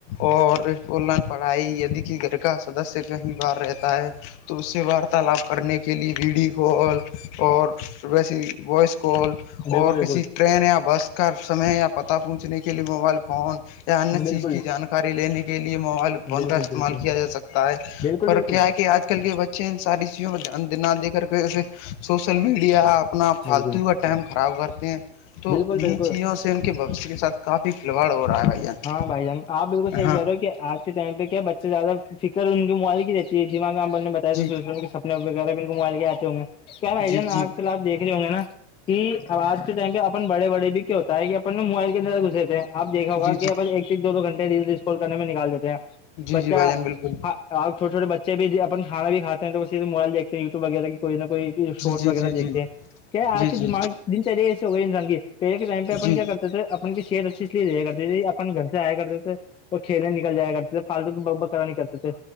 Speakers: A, on the left (about 50°); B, on the left (about 15°).
A: اور آن لائن پڑھائی دی کہ گھر کا سدسیہ کہیں باہر رہتا ہے تو اس سے وارتالاپ کرنے کے کے لیے ویڈیو کال اور ویسے وائس کال
B: بالکل
A: اور کسی
B: بالکل
A: ٹرین یا بس کا سمے یا پت پہنچنے کے لیے موبائل فون یا انیہ چیز
B: بالکل
A: کی جانک لینے کے لئے موبائل فون
B: بالکل
A: کا استعمال
B: بالکل
A: کیا جا سکتا ہے
B: بالکل
A: پر
B: بالکل
A: کیا ہے کہ آج کل کل کے بچے ان ساری چیزوں کو نہ دے کر کے اسے سوسل میڈیا اپنا
B: بالکل
A: پالتو ہوا ٹائم خراب کرتے ہیں تو
B: بالکل
A: انہیں
B: بالکل
A: چیزوں سے سے ان کے بکش کے ساتھ کافی فلوڑ ہو رہا ہے بھائی جان
B: ہاں بھائی جان آپ بالکل صحیح
A: ہاں
B: کہہ رہے ہو کہ آج اس ائم پہ کیا بچہ زیادہ فکر ان موالک کی رہتی ہے دما کامنے بچے
A: جی
B: سپنے وغیرہ ب کو موبائل کے آتے ہوں گے تو کیا بھائی
A: جی
B: جان
A: جی
B: آ کل آپ دیکھ رہے ہو گے نا کہ اب آج کے ٹائم پہ اپن بڑے بڑے بھی کیا ہوتا ہے کہ اپن موبائل کے ذرہ گھسے تھے آپ دیکھا ہوگا
A: جی جی
B: کہ ا ایک سے ایک دو دو گھنٹے ریل رسکال کرنے میں نکال دیتے ہیں
A: جی
B: بچہ
A: جی بھائی جان بالکل
B: ہ آپھوے چھٹے بچے بھی اپ کانا بھی کھے ہیں تو ب یہ موبائل دیکتے ہیں وٹیوب وغیرہ کوئی نہ کوئی شارٹس
A: جی جی
B: وغیرہ
A: جی
B: دھ
A: جی
B: ہیں کیا
A: جی
B: آج
A: جی
B: کے دماغ دن چلے ایسے ہو گئے انسان کے پہلے کے ائم پہ اپ
A: جی
B: کیا کرتے اپ کی صحت اچھی اس لیے دیا کرتی ت اپن گھر سے آیا کرتے تھے وہ کھیلنے نکل جایا کرتے فالتو کی ب ب کرا نہیں کرتے تھے